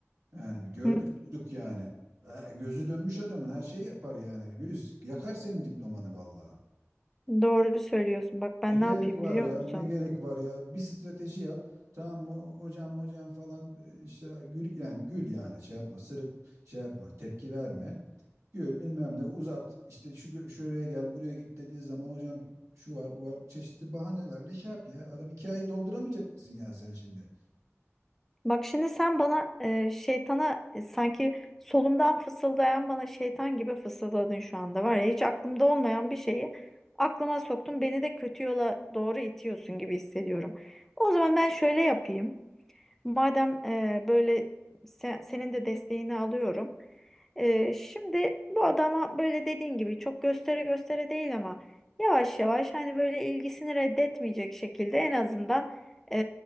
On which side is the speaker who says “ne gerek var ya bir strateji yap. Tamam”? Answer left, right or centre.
Right